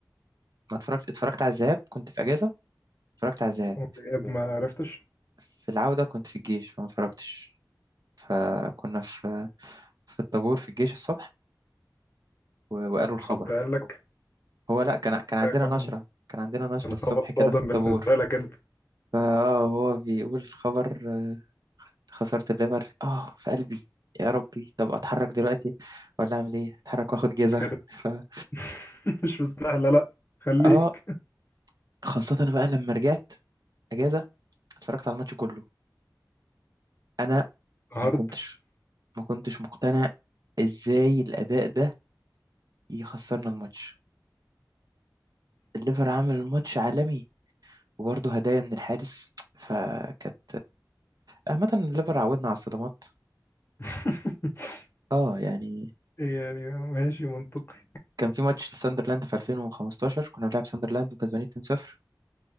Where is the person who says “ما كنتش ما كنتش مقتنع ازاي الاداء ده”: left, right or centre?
Right